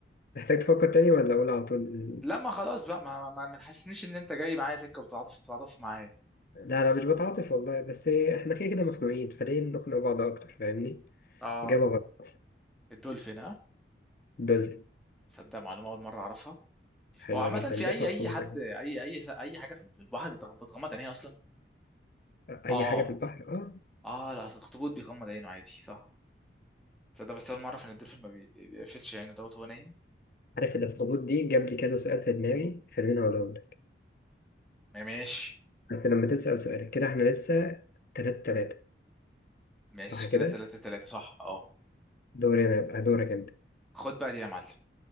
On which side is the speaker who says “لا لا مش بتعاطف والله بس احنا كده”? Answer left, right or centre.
Left